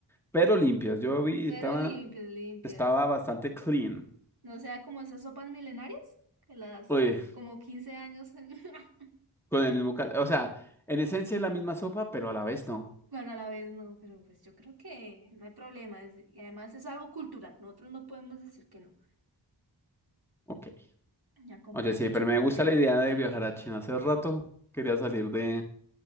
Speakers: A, in the centre; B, on the right.
A: pero limpias. Yo vi,
B: pero
A: estaba,
B: limpias, limpias.
A: estaba bastante clean.
B: No sea como esas sopas milenarias, que las
A: Oye,
B: como 15 años. en- <laughs>
A: con el mismo cal- O sea, en esencia es la misma sopa, pero a la vez no.
B: Bueno, a la vez no, pero pues yo creo que no hay problema. es- y además es algo cultural. Nosotros no podemos decir que no.
A: Ok.
B: Y a comprar
A: Oye, sí,
B: mucho
A: pero
B: maquillaje.
A: me gusta la idea de viajar a China. Hace rato quería salir de,